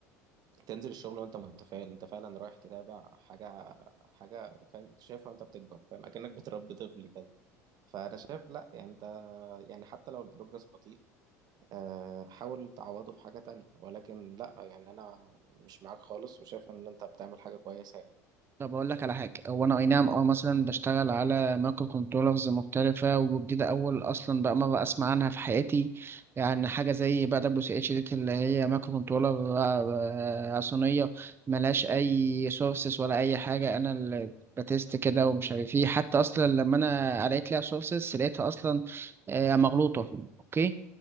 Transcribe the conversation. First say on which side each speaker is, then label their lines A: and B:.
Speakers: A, on the right; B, on the right.
A: تنزل الشغل وانت متفائل انت فعلا رايح تتابع حاجة حاجة فاهم أنت شايفها وانت بتكبر فاهم اكنك بتربي طفل كده فانا شايف لا يعني انت يعني حتى لو البروجرس بطيء آه، حاول تعوضه في حاجة تانية ولكن لا يعني انا مش معاك خالص وشايف ان انت بتعمل حاجة كويسة يعني
B: طب اقول لك على حاجه هو انا اي نعم اه مثلا بشتغل على مايكرو كنترولرز مختلفه وجديده اول اصلا بقى مره اسمع عنها في حياتي يعني حاجه زي بقى دبليو سي اتش دي اللي هي مايكرو كنترولر آه، آه، صينيه ملهاش اي سورسز ولا اي حاجه انا اللي بتست كده ومش عارف ايه حتى اصلا لما انا قريت لها سورسز لقيتها اصلا آه، مغلوطه اوكي